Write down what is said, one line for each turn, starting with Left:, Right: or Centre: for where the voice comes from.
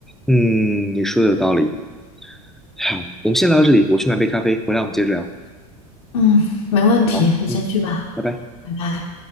Centre: 嗯，你说的有道理。好，我们先聊到这里，我去买杯咖啡，回来我们接着聊。
Left: 嗯，没问题，
Centre: 好，
Left: 你先去吧，
Centre: 嗯，拜拜。
Left: 拜拜。